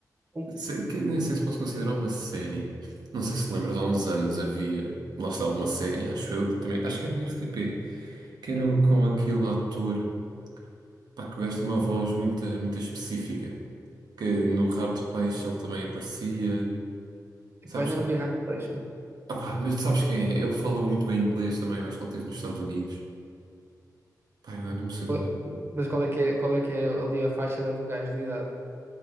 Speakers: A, on the right; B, on the right.
A: uh,
B: se- que, nem sei se posso considerar uma série. Não sei se lembras, há uns anos havia. Lá estava uma série, acho eu, também. Acho que era da RTP. Que era o- com aquele ator. Pá, que o gajo tem uma voz muito, muito específica. Que no Rabo de Peixe ele também aparecia.
A: epá,
B: Sabes?
A: ainda não vi Ramo de Peixe, meu.
B: Ah pá, mas tu sabes quem é? Ele fala muito bem inglês também, eu acho que ele esteve nos Estados Unidos. Pá, eu não sei
A: Qual-
B: do nome.
A: é, Mas qual é que é, qual é que é ali a faixa do gajo de idade?